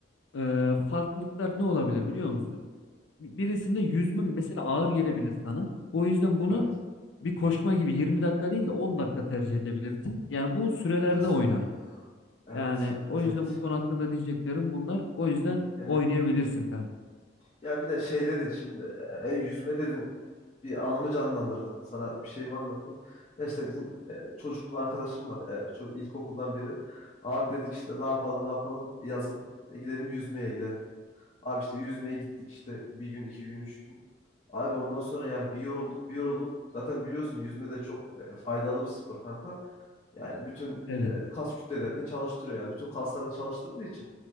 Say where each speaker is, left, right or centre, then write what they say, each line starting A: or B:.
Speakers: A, on the left (about 75°); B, on the left (about 30°).
A: e, farklılıklar ne olabilir biliyor musun? birisinde yüzme mesela ağır gelebilir sana. O yüzden bunu
B: Evet.
A: bir koşma gibi 20 dakika değil de 10 dakika tercih edebilirsin. Yani bu sürelerde
B: Evet.
A: oynar.
B: Evet.
A: Yani o
B: Evet
A: yüzden
B: evet.
A: bu konu hakkında diyeceklerim bunlar. O yüzden
B: Yani,
A: oynayabilirsin kanka.
B: ya bir de şey dedin şimdi e, e, yüzme dedin bir anımı canlandırdın. Sana bir şeyimi anlatayım. Ya işte bizim e, çocuklu arkadaşım var. E, ço- ilkokuldan beri. Abi dedik işte ne yapalım ne yapalım yazın e, gidelim yüzmeye gidelim. Abi işte yüzmeye gittik işte bir gün, iki gün, üç gün. Abi ondan sonra yani bir yorulduk, bir yorulduk. Zaten biliyorsun yüzme de çok e, faydalı bir spor kanka. Yani bütün
A: Evet.
B: e, kas kütlelerini çalıştırıyor yani. Bütün kaslarını çalıştırdığı için.